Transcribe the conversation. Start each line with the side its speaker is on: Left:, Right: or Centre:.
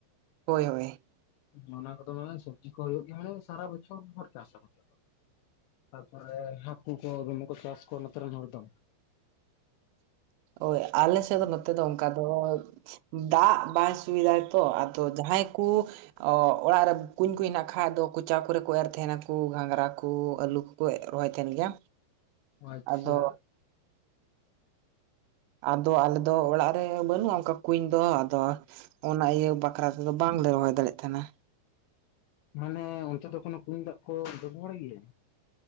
Right: ᱦᱳᱭ ᱦᱳᱭ᱾
Left: ᱢᱟᱱᱟ ᱠᱚᱫᱚ ᱢᱟᱱᱮ ᱥᱚᱵᱡᱤ ᱠᱚ ᱦᱩᱭᱩᱜ ᱜᱮᱭᱟ ᱢᱟᱱᱮ ᱥᱟᱨᱟ ᱵᱚᱪᱷᱚᱨ ᱵᱷᱚᱨ ᱪᱟᱥᱟ ᱠᱚ ᱾ ᱛᱟᱨᱯᱚᱨᱮ ᱦᱟᱹᱠᱩ ᱠᱚ ᱫᱚᱢᱮ ᱠᱚ ᱪᱟᱥ ᱠᱚᱣᱟ ᱱᱚᱛᱮᱨᱮᱱ ᱦᱚᱲ ᱫᱚ᱾
Right: ᱳᱭ ᱟᱞᱮᱥᱮᱜ ᱫᱚ ᱱᱚᱛᱮ ᱫᱚ ᱚᱱᱠᱟ ᱫᱚᱡ ᱫᱟᱜ ᱵᱟᱭ ᱥᱩᱭᱫᱟᱭ ᱛᱚ ᱟᱫᱚ ᱡᱟᱦᱟᱸᱭ ᱠᱩ ᱚᱻ ᱚᱲᱟᱜ ᱨᱮ ᱠᱩᱧ ᱠᱚ ᱦᱮᱱᱟᱜ ᱠᱷᱟᱡ ᱫᱚ ᱠᱚᱪᱟ ᱠᱚᱨᱮ ᱠᱚ ᱮᱨ ᱛᱟᱦᱮᱱᱟ ᱠᱩ ᱜᱷᱟᱸᱝᱽᱨᱟ ᱠᱩ, ᱟᱞᱩ ᱠᱚ ᱨᱚᱦᱚᱭ ᱛᱟᱦᱮᱱ ᱜᱮᱭᱟ᱾
Left: ᱟᱪᱪᱷᱟ᱾
Right: ᱟᱫᱚ ᱟᱫᱚ ᱟᱞᱮ ᱫᱚ ᱚᱲᱟᱜ ᱨᱮ ᱵᱟᱹᱱᱩᱜᱼᱟ ᱚᱱᱠᱟ ᱠᱩᱧ ᱫᱚ ᱟᱫᱚ ᱚᱱᱟ ᱤᱭᱟᱹ ᱵᱟᱠᱷᱨᱟ ᱛᱮᱫᱚ ᱵᱟᱝ ᱞᱮ ᱨᱚᱦᱚᱭ ᱫᱟᱲᱭᱟᱜ ᱛᱟᱦᱮᱱᱟ᱾
Left: ᱢᱟᱱᱮ ᱚᱱᱛᱮ ᱫᱚ ᱠᱚᱱᱳ ᱠᱩᱧ ᱫᱟᱜ ᱠᱚ ᱵᱮᱵᱚᱦᱟᱨ ᱜᱮᱭᱟ?